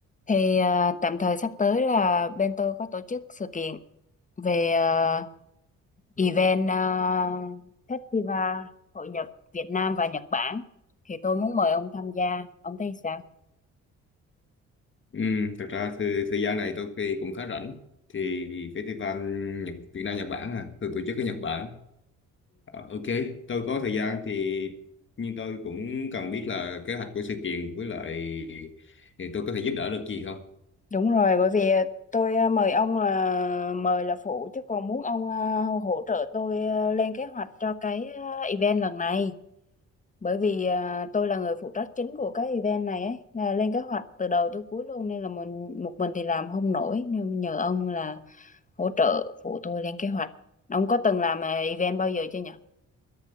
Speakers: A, on the left; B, on the left.
A: Thì à, tạm thời sắp tới là bên tôi có tổ chức sự kiện về à, event à, Festival Hội nhập Việt Nam và Nhật Bản. Thì tôi muốn mời ông tham gia. Ông thấy sao?
B: Ừ, thật ra thì thời gian này tôi thì cũng khá rảnh thì festival Nhật, Việt Nam Nhật Bản à từ tổ chức ở Nhật Bản Ờ, ok tôi có thời gian thì nhưng tôi cũng cần biết là kế hoạch của sự kiện với lại thì tôi có thể giúp đỡ được gì không
A: Đúng rồi, bởi vì tôi ờ, mời ông là mời là phụ chứ còn muốn ông ờ, hỗ trợ tôi ờ, lên kế hoạch cho cái ờ, event lần này. Bởi vì ờ, tôi là người phụ trách chính của cái event này ấy, là lên kế hoạch từ đầu tới cuối luôn nên là mình một mình thì làm không nổi nên nhờ ông là hỗ trợ phụ tôi lên kế hoạch. Ông có từng làm ờ, event bao giờ chưa nhỉ?